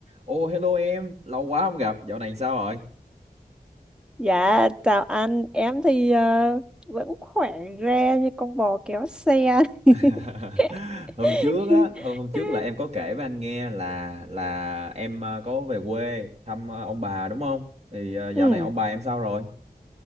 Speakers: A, on the right (about 45°); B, in the centre.
A: Ô, hello em, lâu quá không gặp, dạo này sao rồi?
B: Dạ, chào anh, em thì ờ, vẫn khỏe re như con bò kéo xe. <laughs>
A: <laughs> Hôm trước á, hôm hôm trước là em có kể với anh nghe là là em ờ, có về quê thăm ờ, ông bà đúng không? Thì ờ, dạo
B: ừ.
A: này ông bà em sao rồi?